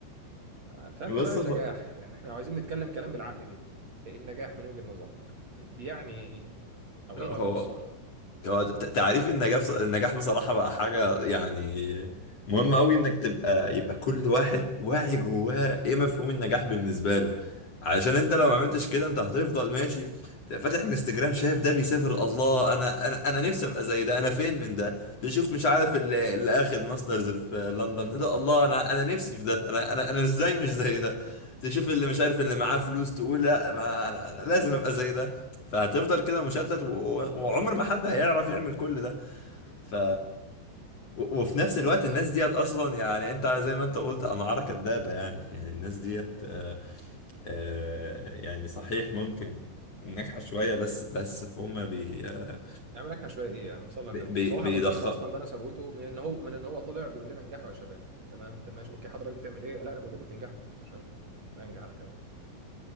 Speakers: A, on the right (about 45°); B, on the left (about 40°).
A: آه، فانت
B: بص
A: بقى
B: هو
A: النجاح يعني احنا لو عايزين نتكلم كلام بالعقل كده إيه النجاح من وجهة نظرك بيعني ايه او
B: هو
A: ايه المفهوم الصح
B: هو ت- تعريف النجاح بص- النجاح بصراحة بقى حاجة يعني مهم أوي إنك تبقى يبقى كل واحد واعي جواه إيه مفهوم النجاح بالنسبة له علشان أنت لو ما عملتش
A: جميل
B: كده أنت هتفضل ماشي تبقى فاتح انستجرام شايف ده بيسافر الله أنا أنا أنا نفسي أبقى زي ده أنا فين من ده تشوف مش عارف اللي, اللي آخد ماسترز في لندن إيه ده الله أنا أنا نفسي في ده أنا أنا أنا إزاي مش زي ده تشوف اللي مش عارف اللي
A: جميل
B: معاه فلوس تقول لا ما أنا أنا لازم أبقى زي ده فهتفضل كده مشتت و- وعمر ما حد هيعرف يعمل كل ده ف و- وفي نفس الوقت الناس ديت اصلا يعني انت زي ما انت قلت انعارة كدابة يعني يعني الناس ديت آه، آه، يعني صحيح ممكن ناجحة شوية بس بس هما بي آه،
A: نعمل لك شويه ايه يعني نصلي على
B: بي
A: النبي
B: بي-
A: صلاح
B: بيضخ
A: ابو المجد اصلا بنى ثروته من ان هو من ان هو طلع بيقول لنا انجحوا يا شباب تمام طب ماشي اوكي حضرتك بتعمل ايه لا انا بقول لكم تنجحوا عشان انجح انا كمان